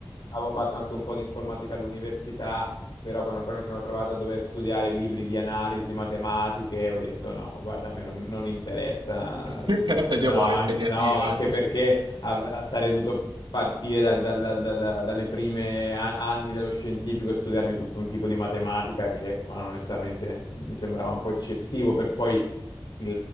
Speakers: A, on the left; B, on the right.
A: avevo fatto anche un po' di informatica all'università però quando poi mi sono trovato a dover studiare libri di analisi, matematiche, ho detto no, guarda, a me non, non interessa,
B: <laughs>
A: Io- no,
B: Medio buono,
A: anche,
B: impegnativo,
A: no, anche
B: eh.
A: perché av- sarei dovuto partire dal, dal- dal- dalle prime a- anni dello scientifico e studiarmi tutto un tipo di matematica che onestamente mi sembrava un po' eccessivo per poi il-